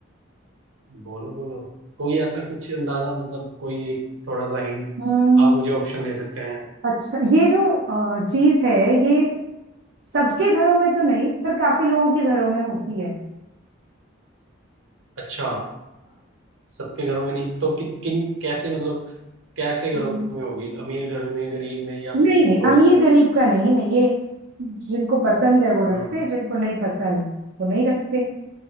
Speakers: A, on the right; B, on the right.
A: बोलो बोलो कोई ऐसा कुछ अंदाजा मतलब कोई एक थोड़ा सा हिंट
B: हम्म,
A: आप मुझे ऑप्शन दे सकते हैं
B: अच्छा ये जो अ, चीज है ये सबके घरों में तो नहीं पर काफी लोगों के घरों में होती है
A: अच्छा सबके घरों में नहीं तो कि, किन कैसे मतलब कैसे घरों
B: हाँ
A: में होगी अमीर घर में गरीब में या
B: नहीं
A: फिर कुछ
B: नहीं
A: और
B: अमीर गरीब का नहीं है ये जिनको पसंद है वो
A: हम्म
B: रखते हैं जिनको नहीं पसंद वो नहीं रखते